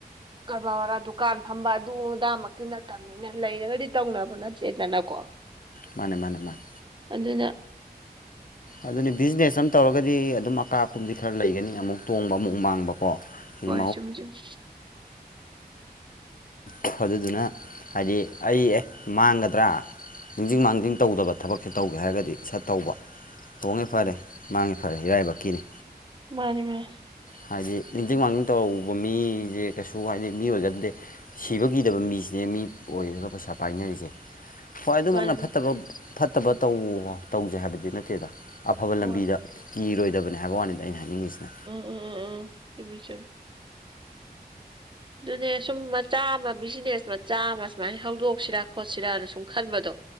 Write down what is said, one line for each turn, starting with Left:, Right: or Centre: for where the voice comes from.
Right: ꯀꯔꯕꯥꯔ ꯋꯥꯔꯥ ꯗꯨꯀꯥꯟ ꯐꯝꯕ ꯑꯗꯨ ꯑꯗꯥ ꯃꯛꯇꯤ ꯅꯠꯇꯝ ꯂꯩꯔꯒꯗꯤ ꯇꯧꯅꯕ ꯅꯠꯇꯦꯗꯅꯀꯣ
Left: ꯃꯥꯅꯦ ꯃꯥꯅꯦ ꯃꯥꯅꯦ
Right: ꯑꯗꯨꯅ
Left: ꯑꯗꯨꯅꯤ ꯕꯤꯖꯤꯅꯦꯁ ꯑꯃ ꯇꯧꯔꯒꯗꯤ ꯑꯗꯨꯝ ꯑꯀꯥ ꯑꯀꯨꯝꯗꯤ ꯈꯔ ꯂꯩꯒꯅꯤ ꯑꯃꯨꯛ ꯇꯣꯡꯕ ꯑꯃꯨꯛ ꯃꯥꯡꯕꯀꯣ ꯁꯤ
Right: ꯋꯥꯣꯏꯁ ꯃ <inaudible>
Left: ꯎ ꯑꯗꯨꯗꯨꯅ ꯍꯥꯏꯗꯤ ꯑꯩ ꯑꯦ ꯃꯥꯡꯒꯗ꯭ꯔꯥ ꯅꯤꯡꯁꯤꯡ ꯃꯥꯡꯖꯤꯡ ꯇꯧꯗꯕ ꯊꯕꯛꯁꯦ ꯇꯧꯒꯦ ꯍꯥꯏꯔꯒꯗꯤ ꯁꯠ ꯇꯧꯕ ꯇꯣꯡꯉꯦ ꯐꯔꯦ ꯃꯥꯡꯉꯦ ꯐꯔꯦ ꯏꯔꯥꯏꯕꯛꯀꯤꯅꯤ
Right: ꯃꯥꯅꯦ ꯃꯥꯅꯦ
Left: ꯍꯥꯏꯗꯤ ꯅꯤꯡꯁꯤꯡ ꯃꯥꯡꯖꯤꯡ ꯇꯧꯕ ꯃꯤꯁꯦ ꯀꯩꯁꯨ ꯍꯥꯏꯗꯤ ꯃꯤ ꯑꯣꯏꯒꯟꯗꯦ ꯁꯤꯕꯒꯤꯗꯕ ꯃꯤꯁꯤꯅꯦ ꯃꯤ ꯑꯣꯏꯔꯒ ꯄꯩꯁꯥ ꯄꯥꯏꯅꯔꯤꯁꯦ ꯍꯣꯏ ꯑꯗꯨꯃꯛꯅ
Right: ꯃꯥꯅꯤ ꯃꯥꯅꯤ
Left: ꯐꯠꯇꯕ ꯐꯠꯇꯕ ꯇꯧ ꯇꯧꯖꯦ ꯍꯥꯏꯕꯗꯤ ꯅꯠꯇꯦꯗ ꯑꯐꯕ
Right: ꯍꯣꯏ
Left: ꯂꯝꯕꯤꯗ ꯀꯤꯔꯣꯏꯗꯕꯅꯤ ꯍꯥꯏꯕ ꯋꯥꯅꯤꯗ ꯑꯩꯅ ꯍꯥꯏꯅꯤꯡꯉꯤꯁꯤꯅ
Right: ꯑꯣ ꯑꯣ ꯑꯣ ꯑꯣ ꯁ ꯆ <inaudible> ꯑꯗꯨꯅꯦ ꯁꯨꯝ ꯃꯆꯥ ꯑꯃ ꯕꯤꯖꯤꯅꯦꯁ ꯃꯆꯥ ꯑꯃ ꯁꯨꯃꯥꯏꯅ ꯍꯧꯗꯣꯛꯁꯤꯔ ꯈꯣꯠꯁꯤꯔꯥꯅ ꯁꯨꯝ ꯈꯟꯕꯗꯣ